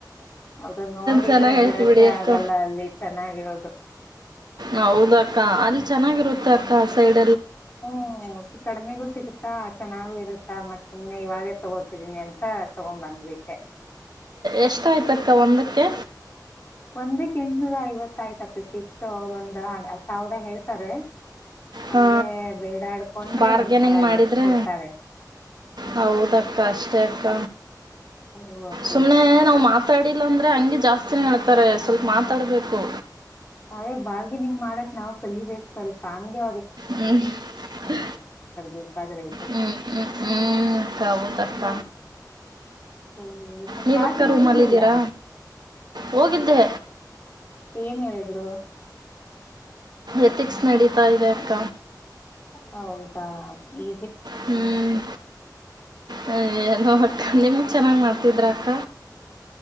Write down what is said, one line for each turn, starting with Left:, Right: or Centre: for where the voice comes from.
Left: ಅದು ನೋಡಿದ್ರೆ
Right: ಚೆನ್ನಾಗ್ ಹೇತಿ
Left: ಬಿಡಕ್ಕೆ
Right: ಬಿಡಿ ಅಕ್ಕ
Left: ಆಗಲ್ಲ ಅಲ್ಲಿ ಚೆನ್ನಾಗಿರೋದು
Right: ಹೌದ ಅಕ್ಕ ಅ ಚೆನ್ನಾಗಿರುತ್ತೆ ಅತ ಆ ಸೈಡ್
Left: ಹ್ಮ ಕಡಿಮೆಗೂ ಸಿಗುತ್ತಾ ಚೆನ್ನಾಗು ಇರುತ್ತೆ ಮತ್ ಸುಮ್ನೆ ಇವಾಗೇ ತಗೋತಿದೀನಿ ಅಂತ ತಗೊಂಡ್ ಬಂದ್ಬಿಟ್ಟೆ
Right: ಎಷ್ಟಾಯ್ತಕ್ಕ ಒಂದಕ್ಕೆ
Left: ಒಂದಕ್ ಎಂಟನೂರ ಐವತ್ತ ಆಯ್ತ ಪಿಕ್ಸ್ ಅವರು ಒಂದ್ ಸಾವಿರ ಹೇಳ್ತಾರೆ ಹಂಗೆ
Right: ಹಾ
Left: ಬೇಡಾಡ್ಕೊಂಡ್ರೆ
Right: ಬಾರ್ಗನಿಂಗ್
Left: ಎಂಟ್ನೂರ ಐವತ್ತು
Right: ಮಾಡಿದ್ರೆ
Left: ಕೊಡ್ತಾರೆ
Right: ಹೌದಕ್ಕ ಅಷ್ಟೇ ಅ ತ್ತ
Left: ಓ ಅಪ್ಪಿ
Right: ಸುಮ್ನೆ ನಾವು ಮಾತಾಡಿ ಇಲ್ಲ ಅಂದ್ರೆ ಹಂಗಿ ಜಾಸ್ತ ನಡ್ತಾರೆ ಸ್ವಲ್ಪ ಮಾತಾಡ್ಬೇಕು
Left: ಅದೇ ಬಾರ್ಗನಿಂಗ್ ಮಾಡಕ್ ನಾವ್ ಕಲಿಬೇಕಕ್ ಸ್ವಲ್ಪ ಹಾಗೆ.
Right: ಹ್ಮ ಹ್ಮ್
Left: ಬೇಕಾದ್ರೆ ಇದು
Right: ಹ್ಮ್ ಹ್ಮ್ ಕ ಹೌದಕ್ಕ.
Left: ಹ್ಮ್, ನೀವ್
Right: ನೀವಕ್ಕ
Left: ಕ್ಲಾಸಿಗೆ ಹೋಗಿರ್ಲಿಲ್ಲ
Right: ರೂಮಲ್ಲಿದ್ದೀರಾ ಹೋಗಿದ್ದೆ
Left: ಏನ್ ಹೇಳಿದ್ರು
Right: ಎಥಿಕ್ಸ್ ನಡೀತಾ ಇದೆ ಅಕ್ಕ
Left: ಹೌದಾ ಈ
Right: ಹ್ಮ್ ಲ್ಲ ಹ ನಿಮ್ ಚೆನ್ನಾಗ್ ಮಾಡ್ತಿದ್ರ ಅಕ್ಕ